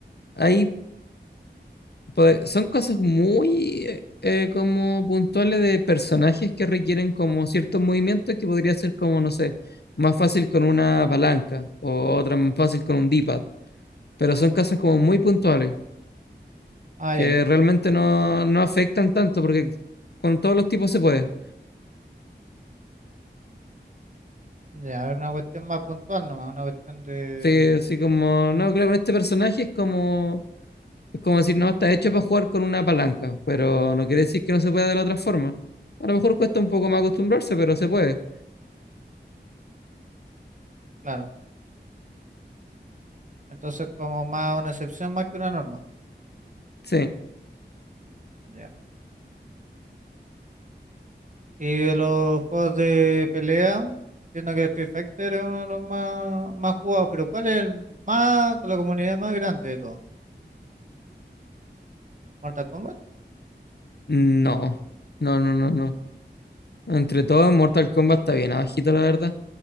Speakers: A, on the left; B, on the right.
A: Hay, pues, son cosas muy eh, eh, como puntuales de personajes que requieren como ciertos movimientos que podría ser como, no sé, más fácil con una palanca o otra más fácil con un D-pad. Pero son casos como muy puntuales
B: Ah,
A: que
B: ya.
A: realmente no, no afectan tanto porque con todos los tipos se puede.
B: Ya, es una cuestión más puntual nomás, una cuestión de...
A: Sí, así como, no, claro, con este personaje es como, es como decir, no, está hecho para jugar con una palanca, pero no quiere decir que no se pueda de la otra forma. A lo mejor cuesta un poco más acostumbrarse, pero se puede.
B: Claro. Entonces como más una excepción más que una norma.
A: Sí,
B: Ya. Y de los juegos de pelea, entiendo que Street Fighter es uno de los más, más jugados, pero ¿cuál es el más, con la comunidad más grande de todos? ¿Mortal Kombat?
A: no, no, no, no, no. Entre todos, Mortal Kombat está bien abajito, la verdad.